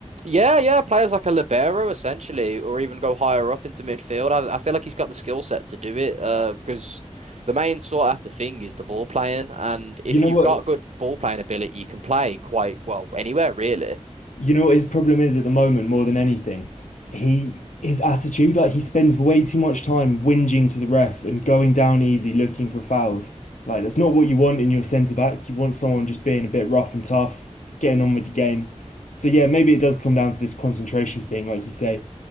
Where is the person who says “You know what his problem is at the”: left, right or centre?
Left